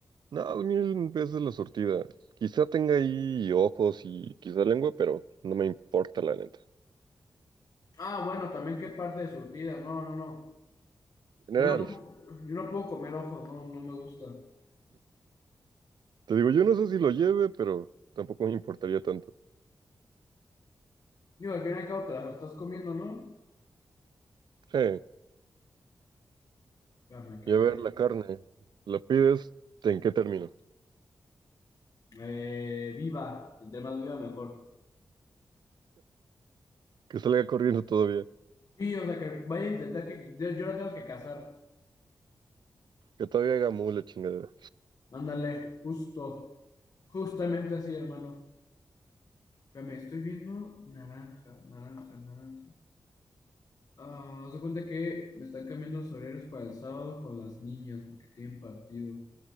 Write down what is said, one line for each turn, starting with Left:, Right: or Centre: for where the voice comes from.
Right: No, mil veces la surtida. Quizá tenga ahí ojos y quizá lengua, pero no me importa la neta.
Left: Ah, bueno, también qué parte de surtida. No, no, no.
Right: En
Left: Yo
Right: general.
Left: no puedo, yo no puedo comer ojos, no, no me gusta.
Right: Te digo, yo no sé si lo lleve, pero tampoco me importaría tanto.
Left: Digo, al fin y al cabo te las estás comiendo, ¿no?
Right: Sí,
Left: Espérame, que,
Right: Y a ver
Left: que-
Right: la carne. La pides, ¿en qué término?
Left: Eh, viva, entre más viva mejor.
Right: Que salga corriendo todavía.
Left: Sí, o sea, que vaya y le tenga que, yo, yo la tengo que casar.
Right: Que todavía haga mu la chingada.
Left: Ándale, justo. Justamente así, hermano. Espérame, estoy viendo naranja, naranja, naranja. Ah, haz de cuenta que me están cambiando los horarios para el sábado con las niñas porque tienen partido